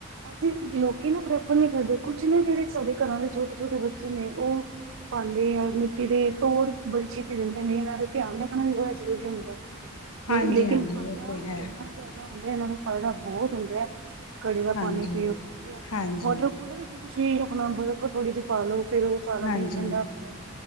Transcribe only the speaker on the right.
ਅਸੀਂ ਲੋਕੀ ਨਾ ਪ੍ਰੈਫਰ ਨਹੀਂ ਕਰਦੇ ਕੁਛ ਨੇ ਜਿਹੜੇ ਸਾਡੇ ਘਰਾਂ ਦੇ ਛੋਟੇ ਛੋਟੇ ਬੱਚੇ ਨੇ ਉਹ ਪਾਉਂਦੇ ਆ ਮਿੱਟੀ ਦੇ ਤੋੜ ਬੜੀ ਛੀਤੀ ਦਿੰਦੇ ਨੇ ਇਹਨਾਂ ਦਾ ਧਿਆਨ ਰੱਖਣਾ ਵੀ ਬਹੁਤ ਜ਼ਰੂਰੀ ਹੁੰਦਾ ਹੈ। ਤੇ
ਲੇਕਿਨ
ਫਾਇਦਾ
ਇੰਨਾ ਜ਼ਿਆਦਾ ਹੁੰਦਾ ਇਹਨਾਂ ਨੂੰ ਫਾਇਦਾ ਬਹੁਤ ਹੁੰਦਾ ਹੈ। ਘੜੇ ਵਾਲਾ
ਪਾਣੀ ਪੀਓ ਆ
ਵਾਟਰ ਕੂਲਰ ਵਿੱਚ ਤੁਸੀਂ ਆਪਣਾ ਬਰਫ ਥੋੜੀ ਜਿਹੀ ਪਾਲੋ ਫਿਰ ਉਹ ਸਾਰਾ
ਦਿਨ ਠੰਡਾ ਹੁੰਦਾ